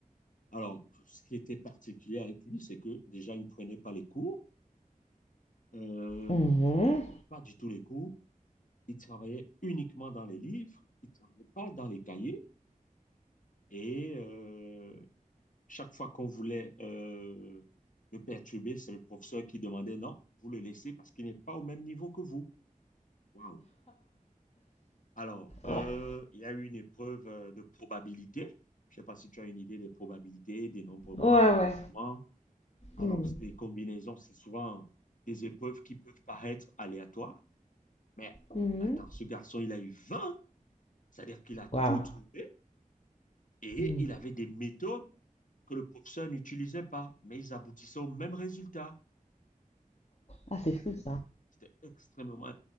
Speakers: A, on the left (about 65°); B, on the left (about 50°).
A: alors, ce qui était particulier avec lui, c'est que déjà, il ne prenait pas les cours, euh,
B: Mhm.
A: pas du tout les cours. Il travaillait uniquement dans les livres, il ne travaillait pas dans les cahiers. Et euh, chaque fois qu'on voulait euh, le perturber, c'est le professeur qui demandait non, vous le laissez parce qu'il n'est pas au même niveau que vous. Waouh. Alors, euh,
B: Ouais,
A: il y a eu une épreuve euh, de probabilité. Je ne sais pas si tu as une idée des probabilités, dénombrement,
B: ouais.
A: arrangement.
B: ouais.
A: Alors,
B: Mhm.
A: c'est des combinaisons, c'est souvent des épreuves qui peuvent paraître aléatoires. Mais
B: Mhm.
A: attends, ce garçon, il a eu 20. c'est-à-dire qu'il a
B: Waouh.
A: tout trouvé. Et
B: Mhm.
A: il avait des méthodes que le professeur n'utilisait pas, mais ils aboutissaient au même résultat.
B: Ah, c'est fou ça.
A: C'était extrêmement